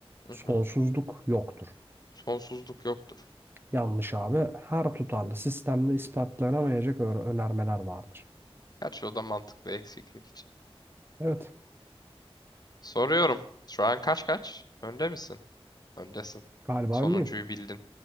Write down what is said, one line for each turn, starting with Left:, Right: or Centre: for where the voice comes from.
Left: Hı
Right: Sonsuzluk
Left: hı.
Right: yoktur.
Left: Sonsuzluk yoktur.
Right: Yanlış abi. Her tutarlı sistemde ispatlanamayacak ö- önermeler vardır.
Left: Gerçi o da mantıklı eksiklik için.
Right: Evet.
Left: Soruyorum. Şu an kaç kaç? Önde misin? Öndesin.
Right: Galiba
Left: Sonuncuyu
Right: önleyim. <laughs>
Left: bildin.